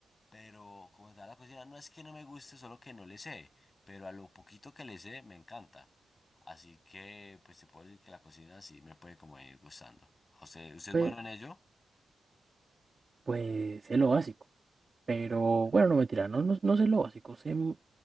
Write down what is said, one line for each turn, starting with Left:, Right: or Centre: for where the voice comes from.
Left: Pero como tal, la cocina no es que no me guste, solo que no le sé. Pero a lo poquito que le sé, me encanta. Así que, pues, te puedo decir que la cocina sí me puede como venir gustando. ¿A ¿Usted, usted es
Right: Pues,
Left: bueno en ello?
Right: pues es lo básico. Pero
Left: Ah, bueno.
Right: bueno, no mentira, no, no, no sé lo básico, sé, m-